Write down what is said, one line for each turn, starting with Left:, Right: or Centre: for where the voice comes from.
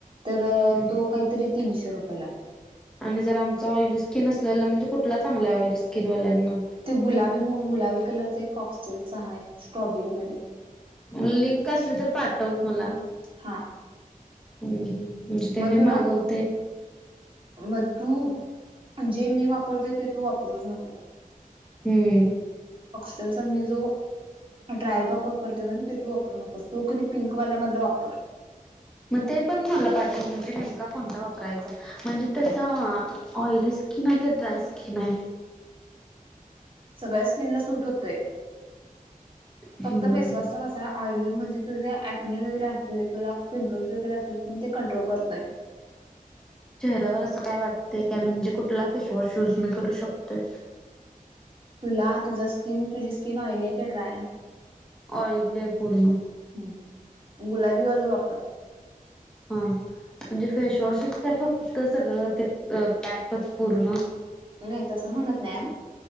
Right: तर
Centre: हम्म
Right: तो काहीतरी तीनशे रुपयाला आहे.
Centre: आणि जर आमचं ऑयली स्किन असलेला म्हणजे कुठला चांगला आहे ऑयली स्किनवाल्यांना?
Right: ते गुलाबी म्हणून गुलाबी कलरच एक फॉक्सटेलच आहे स्ट्रॉबेरीमध्ये
Centre: लिंक असली तर पाठव मला
Right: हा.
Centre: हा म्हणजे ते
Right: मग
Centre: मी
Right: तुला
Centre: मागवते.
Right: मग तु जे मी वापरते ते तू वापरूच नकोस
Centre: हम्म.
Right: चलचल मीशो <unintelligible> ट्रायल पॅक वापरते का ते तु वापरू नकोस तो कोणी पिंक वाल्या मधला वापर.
Centre: मग ते पण मला पाठव म्हणजे नेम कोणता वापरायचा म्हणजे त्याचा ऑइली माहिती आहे ड्राय सिक्न आहे.
Right: सगळ्या स्किन ला सूट होतय
Centre: हम्म
Right: फक्त फेसवॉशचा कसा आहे ऑइली म्हणजे तुझा अंक्नी वगैरे असले तुला पिंपल्स वगैरे असले ते कंट्रोल करतय.
Centre: तर असं काय वाटतं का म्हणजे कुठला फेसवॉश युज मी करू शकतो?
Right: तुला तुझा स्किन तुझी स्किन ऑइल आहे की ड्राय?
Centre: आयली पूर्ण.
Right: आहे गुलाबी वाली वापर.
Centre: हम्म. मी फेसवॉशच काय फक्त सगळं ते पॅकच पूर्ण
Right: नाही तसं म्हणतं नाहीय